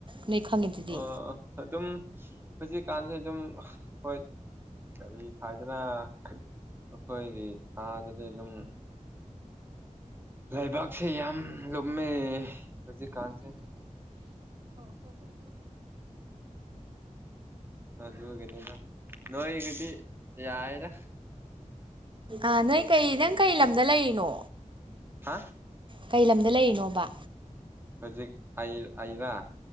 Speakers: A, on the right; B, on the right.
A: ꯅꯣꯏ ꯈꯪꯉꯤꯗꯨꯗꯤ
B: ꯑ ꯑꯗꯨꯝ ꯍꯧꯖꯤꯛꯀꯥꯟꯁꯦ ꯑꯗꯨꯝ ꯍꯣꯏ ꯀꯔꯤ ꯍꯥꯏꯗꯅ ꯑꯩꯈꯣꯏꯒꯤ ꯊꯥꯗꯗꯤ ꯑꯗꯨꯝ ꯂꯩꯕꯥꯛꯁꯦ ꯌꯥꯝ ꯂꯨꯝꯃꯦ ꯍꯧꯖꯤ ꯀꯥꯟꯁꯦ ꯑꯗꯨꯒꯅꯤꯗ ꯅꯣꯏꯒꯗꯤ ꯌꯥꯔꯔ
A: ꯑ ꯅꯣꯏ ꯀꯩ ꯅꯪ ꯀꯩ ꯂꯝꯗ ꯂꯩꯔꯤꯅꯣ
B: ꯍꯥ
A: ꯀꯩ ꯂꯝꯗ ꯂꯩꯔꯤꯅꯣꯕ
B: ꯍꯧꯖꯤꯛ ꯑꯔ